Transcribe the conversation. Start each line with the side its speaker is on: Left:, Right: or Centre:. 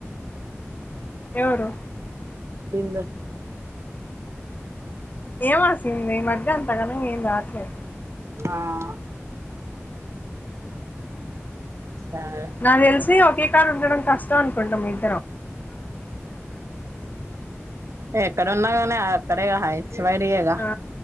Left: ఏవరు
Right: బిందా
Left: ఏం వసింది ఈ మధ్య అంతగాన్నగ్ ఏం రాట్లేద్.
Right: ఆఆ సరే
Left: నాగ్ దేల్సి ఒకే కాడు ఉండడం కష్టం అనుకుంటా మీద్
Right: ఎక్కడున్నాగానే ఆర్ సడేగా హా హెచ్ వైడి యేగా.
Left: ఆ